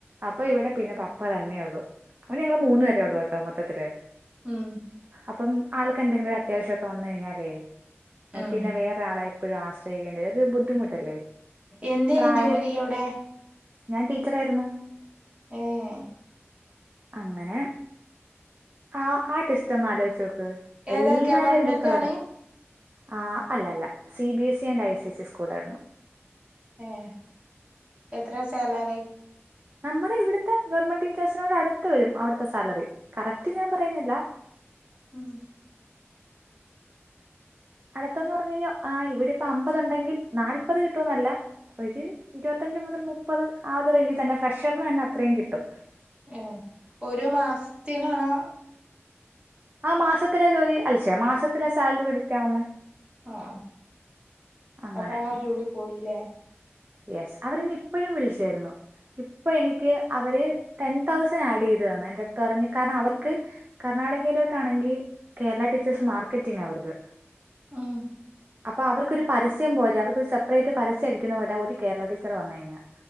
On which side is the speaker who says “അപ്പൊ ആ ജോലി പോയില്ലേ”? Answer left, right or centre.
Right